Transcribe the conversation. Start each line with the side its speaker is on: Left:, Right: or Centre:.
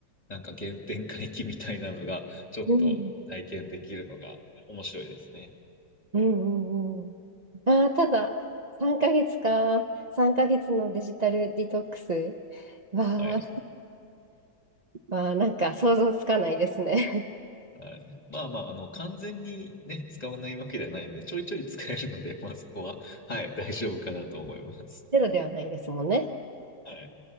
Left: なんか原点回帰みたいなのが、ちょっと体験できるのが面白いですね。
Right: うん。うんうんうん。ああ、ただ、3ヶ月か。3ヶ月のデジタルディトックスは、
Left: はい。
Right: わあわあなんか想像つかないですね。
Left: はい。まあまあ、あの、完全にね、使わないわけではないので、ちょいちょい使えるので、まあそこは、はい、大丈夫かなと思います。
Right: <laughs> ゼロではないですもんね。
Left: はい。